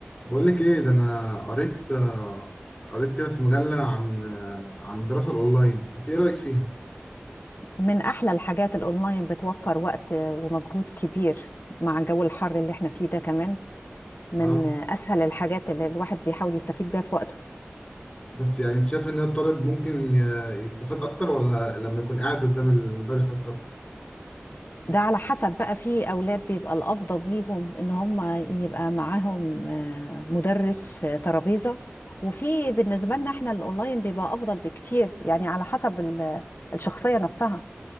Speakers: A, on the left; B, on the left.
A: بقول لك ايه ده انا قريت آه، قريت كده في مجلة عن آه، عن الدراسة الاونلاين انت ايه رأيك فيها
B: من احلى الحاجات الاونلاين بتوفر وقت ومجهود كبير مع جو الحر اللي احنا فيه ده كمان من
A: اه
B: اسهل الحاجات اللي الواحد بيحاول يستفيد بيها في وقته
A: بس يعني انت شايف ان الطالب ممكن ي- يستفاد اكتر ولا لما يكون قاعد قدام المدرس اكتر
B: ده على حسب بقى في اولاد بيبقى الافضل ليهم ان هم يبقى معاهم آه، مدرس آه، ترابيزة وفي بالنسبة لنا احنا الاونلاين بيبقى افضل بكتير يعني على حسب ال- الشخصية نفسها